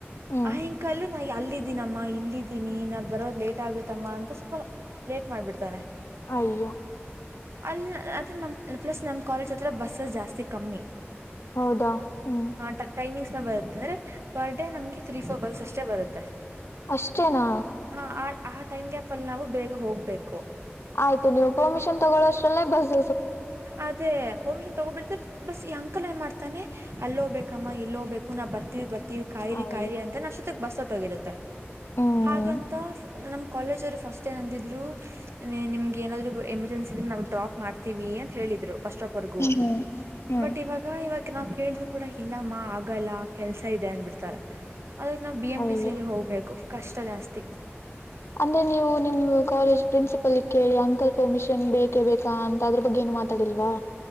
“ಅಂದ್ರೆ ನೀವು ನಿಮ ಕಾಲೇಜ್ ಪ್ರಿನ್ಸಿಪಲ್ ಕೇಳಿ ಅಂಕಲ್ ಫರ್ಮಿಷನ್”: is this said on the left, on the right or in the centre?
Left